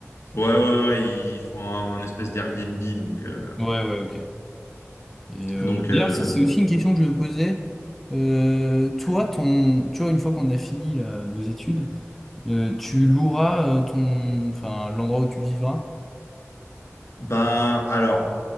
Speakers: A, on the left (about 65°); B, in the centre.
A: Ouais, ouais, ouais, ils font un, un espèce d'Airbnb. Donc, euh,
B: Ouais, ouais, ok. Et euh,
A: donc
B: d'ailleurs,
A: euh,
B: ça, c'est aussi une question que je me posais. Euh, toi, ton, tu vois, une fois qu'on a fini là, nos études, euh, tu loueras euh, ton, enfin, l'endroit où tu vivras.
A: ben, alors,